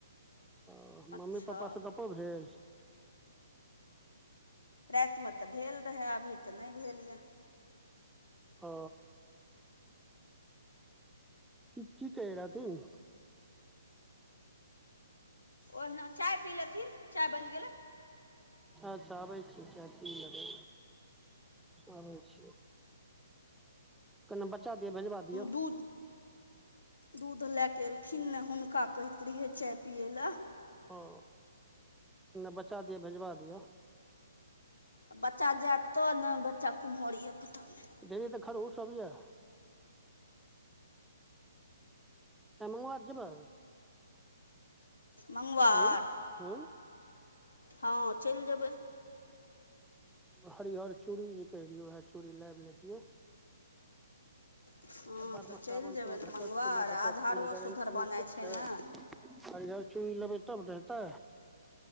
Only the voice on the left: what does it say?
अच्छा
रातिमे तऽ भेल रहए अभी तऽ नहि भेल यए।
ओहिना चाय पी लेथिन चाय बनि गेलै।
दूध दूध लए कऽ एलखिन ने हुनका कहैत रहियै चाय पियै लए।
आ बच्चा जायत तऽ ने बच्चा कुम्हर यए पता नहि।
मङ्ंगवार
हँ चलि जेबै।
हँ
तऽ चलि
जेबै
ने
मङ्गवार
आधारो
सुधर
बनाइ
ने